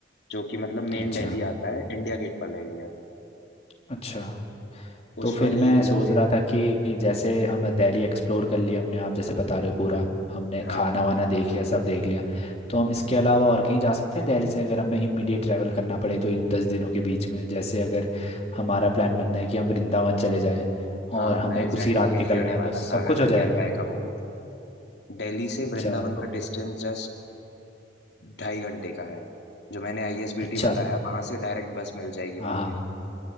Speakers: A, on the left; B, on the left.
A: जो कि मतलब मेन
B: अच्छा
A: दिल्ली आता है इंडिया गेट वाला एरिया
B: अच्छा तो
A: उस
B: फिर
A: वाले
B: मैं
A: एरिया
B: सोच
A: में है।
B: रहा था कि जैसे हम दिल्ली एक्सप्लोर कर लिया हमने आप जैसे बता रहे हो पूरा हमने
A: हाँ
B: खाना वाना देख लिया सब देख लिया तो हम इसके अलावा और कहीं जा सकते हैं दिल्ली से अगर हमें इमीडिएट ट्रैवल करना पड़े तो इन दस दिनों के बीच में जैसे अगर हमारा प्लान बनता है कि हम वृंदावन चले जाएं
A: हाँ
B: और हमें
A: मैं एग्जैक्टली
B: उसी रात
A: exactly यही
B: निकलना
A: आने
B: है
A: वाला
B: तो सब
A: था अगर
B: कुछ
A: नियर
B: हो जाएगा
A: बाय का वो हो तो दिल्ली से
B: अच्छा
A: वृंदावन
B: तो
A: का डिस्टेंस जस्ट ढाई घंटे का है जो मैंने आईएसबीटी
B: अच्छा
A: बताया वहां से डायरेक्ट बस मिल जाएगी
B: हाँ
A: वहां
B: हाँ
A: के